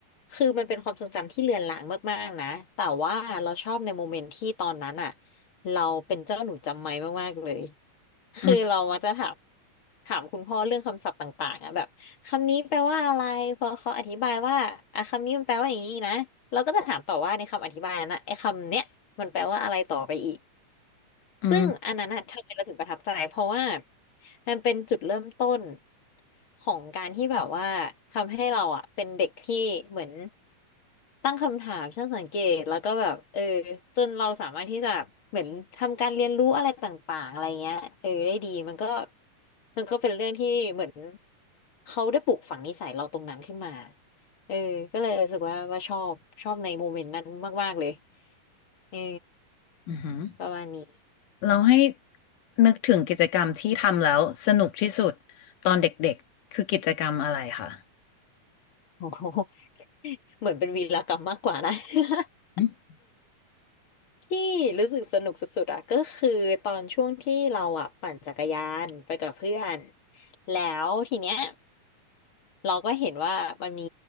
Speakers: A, on the left; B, on the left.
A: คือมันเป็นความทรงจำที่เลือนลางมากๆนะแต่ว่าเราชอบในโมเมนต์ที่ตอนนั้นอ่ะเราเป็นเจ้าหนูจำไม้มากๆเลยคือเรามักจะถาม
B: อืม
A: ถามคุณพ่อเรื่องคำศัพท์ต่างๆอ่ะแบบคำนี้แปลว่าอะไรพอเขาอธิบายว่าอ่ะคำนี้มันแปลว่าอย่างนี้นะเราก็จะถามต่อว่าในคำอธิบายนั้นนะไอ้คำเนี้ยมันแปลว่าอะไรต่อไปอีก
B: อืม
A: ซึ่งอันนั้นอะทำไมเราถึงประทับใจเพราะว่ามันเป็นจุดเริ่มต้นของการที่แบบว่าทำให้เราอะเป็นเด็กที่เหมือนตั้งคำถามช่างสังเกตแล้วก็แบบเออจนเราสามารถที่จะเหมือนทำการเรียนรู้อะไรต่างๆอะไรเงี้ยเออได้ดีมันก็มันก็เป็นเรื่องที่เหมือนเขาได้ปลูกฝังนิสัยเราตรงนั้นขึ้นมาเออก็เลยรู้สึกว่าว่าชอบชอบในโมเมนต์นั้นมากๆเลยเออ
B: อือหือ
A: ประมาณนี้
B: เราให้นึกถึงกิจกรรมที่ทำแล้วสนุกที่สุดตอนเด็กๆคือกิจกรรมอะไรคะ
A: โอ้โห <laughs> เหมือนเป็นวีรกรรมมากกว่านะ <laughs>
B: อืม
A: ที่รู้สึกสนุกสุดๆอะก็คือตอนช่วงที่เราอะปั่นจักรยานไปกับเพื่อนแล้วทีเนี้ยเราก็เห็นว่ามันมี